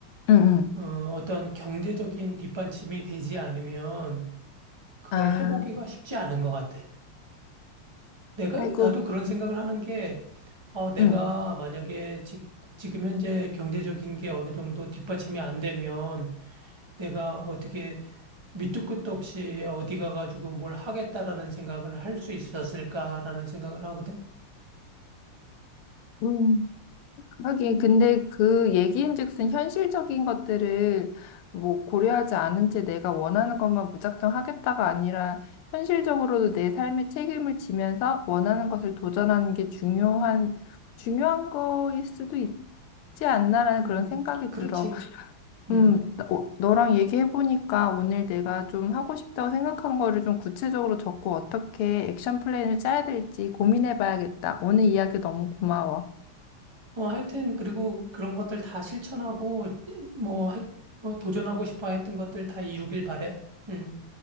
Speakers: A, on the left; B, on the right.
A: 응, 응.
B: 어, 어떤 경제적인 뒷받침이 되지 않으면 그걸
A: 아,
B: 해보기가 쉽지 않은 것 같아. 내가,
A: 아이고,
B: 나도 그런 생각을 하는 게, 어, 내가
A: 응.
B: 만약에 지, 지금 현재 경제적인 게 어느 정도 뒷받침이 안 되면 내가 어떻게 밑도 끝도 없이 어디 가가지고 뭘 하겠다라는 생각을 할 수 있었을까라는 생각을 하거든.
A: 음, 하긴, 근데 그 얘기인즉슨 현실적인 것들을 뭐 고려하지 않은 채 내가 원하는 것만 무작정 하겠다가 아니라 현실적으로도 내 삶의 책임을 지면서 원하는 것을 도전하는 게 중요한, 중요한 거일 수도 있지 않나라는
B: 음,
A: 그런 생각이
B: 그렇지.
A: 들어. 음,
B: 음.
A: 나- 어, 너랑 얘기해보니까 오늘 내가 좀 하고 싶다고 생각한 거를 좀 구체적으로 적고 어떻게 액션 플랜을 짜야 될지 고민해봐야겠다. 오늘 이야기 너무 고마워.
B: 어, 하여튼, 그리고 그런 것들 다 실천하고, 뭐, 하, 뭐, 도전하고 싶어 했던 것들 다 이루길 바래. 음.